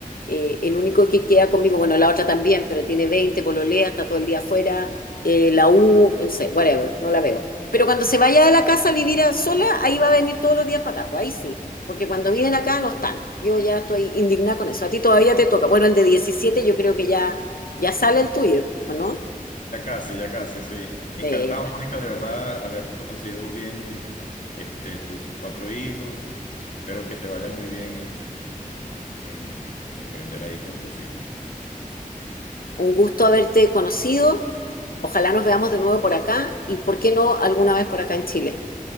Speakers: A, on the left (about 80°); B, on the left (about 60°).
A: eh, el único que queda conmigo, bueno, la otra también, pero tiene 20, pololea, está todo el día afuera, eh, la U, no sé, whatever, no la veo. Pero cuando se vaya de la casa a vivir a sola, ahí va a venir todos los días para acá, pues ahí sí. Porque cuando viven acá no están. Yo ya estoy indignada con eso. A ti todavía te toca. Bueno, el de 17 yo creo que ya, ya sale el tuyo, ¿o no?
B: Ya casi, ya casi, sí. Encantado,
A: Sí, está.
B: Mónica, de verdad, haber conocido bien este, tus cuatro hijos. Espero que te vaya muy bien en, en en emprender ahí con tus hijos.
A: un gusto haberte conocido. Ojalá nos veamos de nuevo por acá y, ¿por qué no, alguna vez por acá en Chile?